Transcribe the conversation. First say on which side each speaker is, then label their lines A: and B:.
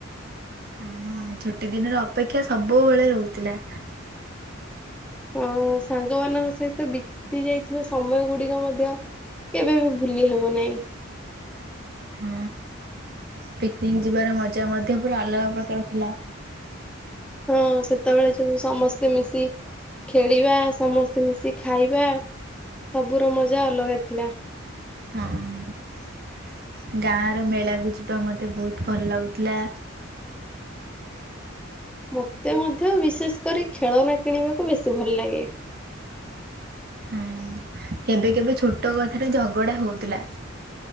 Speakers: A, on the right; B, in the centre.
A: ହଁ ଛୁଟି ଦିନରେ ଅପେକ୍ଷା ସବୁବେଳେ ରହୁଥିଲା।
B: ହଁ ସାଙ୍ଗମାନଙ୍କ ସହିତ ବିତି ଯାଇଥିବା ସମୟ ଗୁଡ଼ିକ ମଧ୍ୟ କେବେ ବି ଭୁଲି ହେବ ନାହିଁ।
A: <inaudible> ହଁ ପିକନିକ୍ ଯିବାର ମଜା ମଧ୍ୟ ପୁରା ଅଲଗା ପ୍ରକାର ଥିଲା।
B: ହୁଁ ସେତେବେଳେ ଯୋଉ ସମସ୍ତେ ମିଶି ଖେଳିବା ସମସ୍ତେ ମିଶି ଖାଇବା ସବୁର ମଜା ଅଲଗା ଥିଲା।
A: ହଁ। ଗାଁ ର ମେଳା କୁ ଯିବା ମତେ ବହୁତ୍ ଭଲ ଲାଗୁଥିଲା।
B: ମୋତେ ମଧ୍ୟ ବିଶେଷ କରି ଖେଳନା କିଣିବାକୁ ବେଶୀ ଭଲ ଲାଗେ।
A: ହଁ କେବେ କେବେ ଛୋଟ କଥାରେ ଝଗଡା ହୋଉଥିଲା।